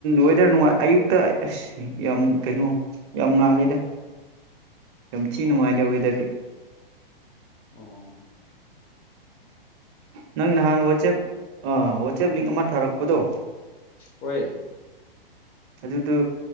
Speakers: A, on the right; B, on the left.
A: ꯋꯦꯗꯔ ꯅꯨꯡꯉꯥꯏ ꯑꯌꯨꯛꯇ ꯑꯁ ꯌꯥꯝ ꯀꯩꯅꯣ ꯌꯥꯝ ꯉꯜꯂꯤꯗ ꯌꯥꯝ ꯊꯤ
B: ꯑꯣ
A: ꯅꯨꯡꯉꯥꯏꯗ ꯋꯦꯗꯔꯗꯤ
B: ꯑꯣ
A: ꯅꯪ ꯅꯍꯥꯟ ꯋꯥꯆꯦꯞ ꯋꯥꯆꯦꯞ ꯂꯤꯡ ꯑꯃ ꯊꯥꯔꯛꯄꯗꯣ
B: ꯍꯣꯏ
A: ꯑꯗꯨꯗꯨ